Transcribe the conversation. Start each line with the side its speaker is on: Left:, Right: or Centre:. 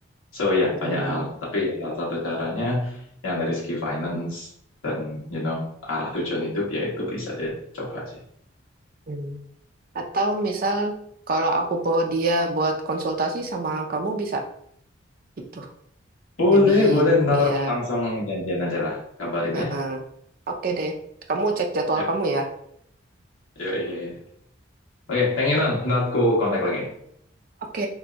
Left: So ya,
Right: Hmm.
Left: banyak hal. Tapi ya salah satu caranya yang dari segi finance dan you know arah tujuan hidup ya itu bisa dicoba sih.
Right: Hmm. Atau misal kalau aku bawa dia buat konsultasi sama kamu bisa gitu.
Left: Boleh,
Right: Maybe
Left: boleh. Ntar
Right: iya.
Left: langsung janjian aja lah kabarin
Right: heeh.
Left: ya.
Right: Oke deh. Kamu cek jadwal
Left: Yuk,
Right: kamu ya.
Left: yuk, yuk, yuk. Oke, thank you, Nan. Ntar ku kontak lagi.
Right: Oke.